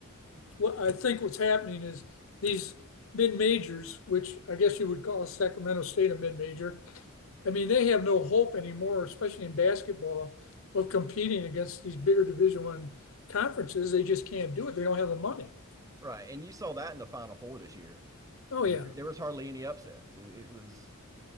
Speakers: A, on the left; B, on the right.
A: what I think what's happening is these mid majors, which I guess you would call Sacramento State a mid major. I mean, they have no hope anymore, especially in basketball, of competing against these bigger Division One conferences. They just can't do it. They don't have the money.
B: Right. And you saw that in the Final Four this year.
A: Oh
B: I mean,
A: yeah.
B: there, there was hardly any upsets. It, it was,